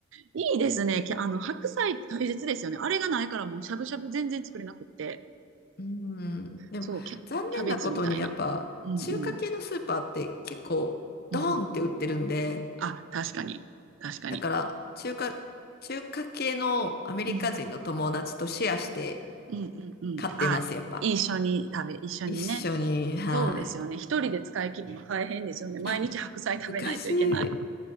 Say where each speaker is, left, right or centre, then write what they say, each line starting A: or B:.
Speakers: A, on the right; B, on the left.
A: いいですね。きあの、白菜って大切ですよね。あれがないからもうしゃぶしゃぶ全然作れなくって。
B: うん。でも、
A: そう、キャ、
B: 残念なことにやっぱ、
A: キャベツみたいな。うん
B: 中華系のスーパーって結構、
A: うん。
B: ドーンって売ってるんで、
A: うん。あ、確かに。確かに。
B: だから、中華、中華系のアメリカ人の友達とシェアして
A: うん。うんうんうん。
B: 買ってます、
A: あ、
B: やっぱ。
A: 一緒に食べ、一緒にね。
B: 一緒に、はい。
A: そうですよね。
B: い
A: 一人で使い切るの大変ですよね。毎日白菜食べないといけない。
B: や、難しい。